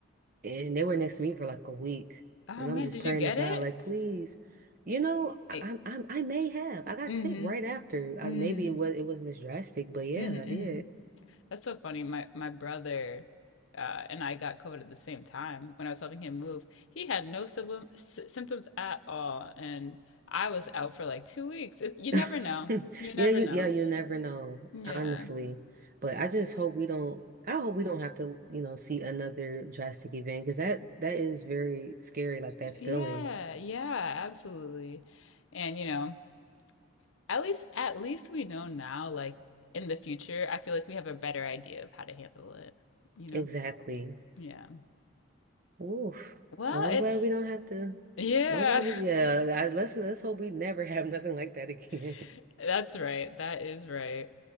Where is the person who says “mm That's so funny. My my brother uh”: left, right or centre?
Left